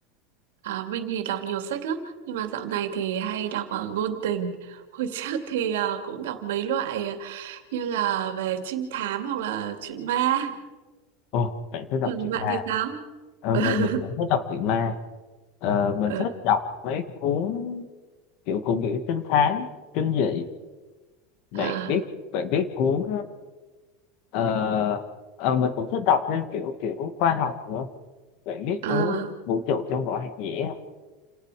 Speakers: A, on the right (about 80°); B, on the left (about 55°).
A: à, mình thì đọc nhiều sách lắm, nhưng mà dạo này thì hay đọc à, ngôn tình. Hồi trước thì à, cũng đọc mấy loại. như là về trinh thám hoặc là chuyện ma
B: Ồ, bạn thích đọc
A: còn
B: truyện
A: bạn
B: ma.
A: thì sao
B: Ờ,
A: <laughs>
B: mình mình cũng thích đọc truyện ma. Ờ, mình
A: ừ.
B: thích đọc mấy cuốn kiểu cũng kiểu trinh thám kinh dị bạn
A: à,
B: biết bạn biết cuốn ờ, ờ, mình cũng thích đọc thêm kiểu kiểu khoa học nữa bạn biết
A: à,
B: cuốn vũ trụ trong vỏ hạt dẻ không?